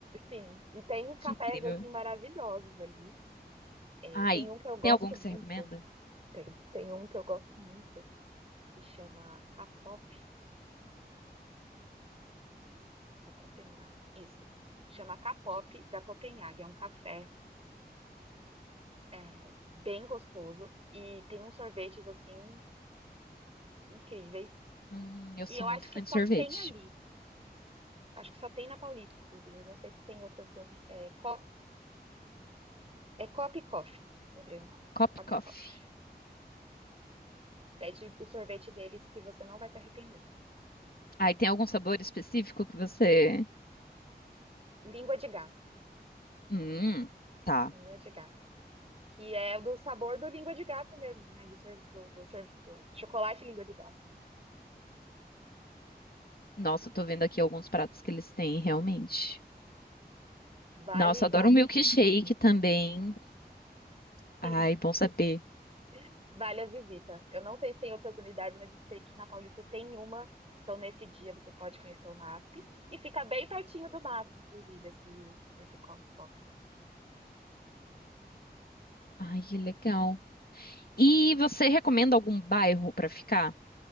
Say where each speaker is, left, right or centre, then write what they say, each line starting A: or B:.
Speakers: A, on the right; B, on the left.
A: Sim, e tem cafés
B: Que incrível.
A: assim maravilhosos ali. É,
B: Ai,
A: tem um que eu gosto
B: tem algum que
A: muito.
B: você recomenda?
A: Tem, tem um que eu gosto muito que chama Kapop da Copenhague. Isso. Chama Kapop da Copenhague. É um café é, bem gostoso e tem uns sorvetes assim incríveis.
B: Hum, eu sou
A: E eu
B: muito
A: acho que
B: fã
A: só
B: de sorvete.
A: tem ali. Acho que só tem na Paulista, inclusive. Eu não sei se tem outras. uni- É, Co- é Cop Coffee. Lembrei o nome.
B: Cop
A: Cop
B: Coffee.
A: Coffee. Pede o sorvete deles que você não vai se arrepender.
B: Ai, tem algum sabor específico que você.
A: Língua de gato.
B: Hum, tá.
A: Língua de gato. Que é do sabor do língua de gato mesmo, né? Do, sor- do, do sor- do chocolate língua de gato.
B: Nossa, eu tô vendo aqui alguns pratos que eles têm, realmente.
A: Vale
B: Nossa, eu adoro
A: a visita.
B: um milkshake também.
A: Sim,
B: Ai, bom saber.
A: <laughs> vale a visita. Eu não sei se tem outras unidades, mas eu sei que na Paulista tem uma. Então, nesse dia, você pode conhecer o MASP. E fica bem pertinho do MASP, inclusive, esse, esse copo pop.
B: Ai, que legal. E você recomenda algum bairro pra ficar?